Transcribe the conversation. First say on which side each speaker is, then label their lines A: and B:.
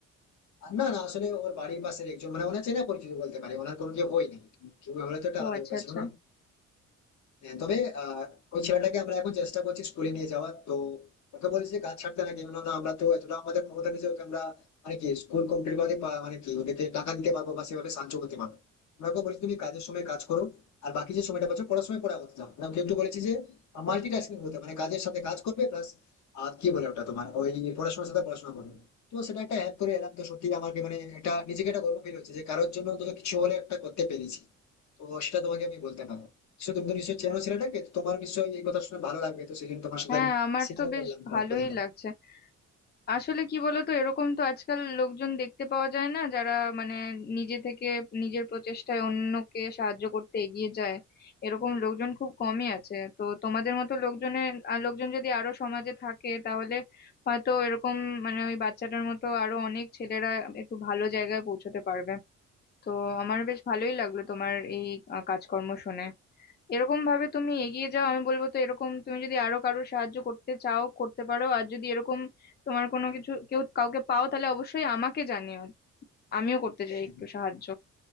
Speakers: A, on the left; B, on the left.
A: আর না না আসলে ওর বাড়ির পাশের একজন মানে ওনার চেনা পরিচিত বলতে পারে ওনার কোনো কেউ হয় না তুমি হলে তো একটা
B: ও
A: আলাদা
B: আচ্ছা
A: ব্যাপার
B: আচ্ছা
A: ছিল না হ্যাঁ, তবে আহ ওই ছেলেটাকে আমরা এখন চেষ্টা করছি স্কুলে নিয়ে যাওয়ার তো ওকে বলেছি যে কাজ ছাড়তে না কেন না আমরা তো এতটা আমাদের ক্ষমতা নেই যে ওকে আমরা মানে কি স্কুল কমপ্লিট করে পা- মানে কি ওদেরকে টাকা দিতে পারবো বা সেভাবে সাহায্য করতে পারবো আমরা ওকে বলেছি তুমি কাজের সময় কাজ করো আর বাকি যে সময়টা পাচ্ছ পড়ার সময় পড়া করতে যাও না ওকে একটু বলেছি যে মাল্টিটাস্কিং হতে মানে কাজের সাথে কাজ করবে প্লাস আর কি বলে ওটা তোমার ওই পড়াশোনার সাথে পড়াশোনা করবে তো সেটা একটা হেল্প করে এলাম তো সত্যি আমাকে মানে একটা নিজেকে একটা গর্ব ফিল হচ্ছে যে কারোর জন্য অন্তত কিছু হলে একটা করতে পেরেছি তো সেটা তোমাকে আমি বলতে পারবো সে তুমি তো নিশ্চয়ই চেনো ছেলেটাকে তো তোমার নিশ্চয়ই এই কথা শুনে ভালো লাগবে তো সেই জন্য তোমার সাথে
B: হ্যাঁ
A: আমি
B: আমার
A: শেয়ারও
B: তো বেশ
A: করলাম তোমার
B: ভালোই
A: কথাটা।
B: লাগছে আসলে কি বলতো এরকম তো আজকাল লোকজন দেখতে পাওয়া যায় না যারা মানে নিজে থেকে নিজের প্রচেষ্টায় অন্যকে সাহায্য করতে এগিয়ে যায় এরকম লোকজন খুব কমই আছে তো তোমাদের মতো লোকজনের আর লোকজন যদি আরো সমাজে থাকে তাহলে হয়তো এরকম মানে ওই বাচ্চাটার মতো আরো অনেক ছেলেরা একটু ভালো জায়গায় পৌঁছতে পারবে তো আমার বেশ ভালোই লাগলো তোমার এই আহ, কাজকর্ম শুনে এরকম ভাবে তুমি এগিয়ে যাও আমি বলবো তো এরকম তুমি যদি আরো কারোর সাহায্য করতে চাও করতে পারো আর যদি এরকম তোমার কোনো কিছু কেউ কাউকে পাও তাহলে অবশ্যই আমাকে জানিও আমিও করতে
A: হ্যাঁ
B: চাই একটু সাহায্য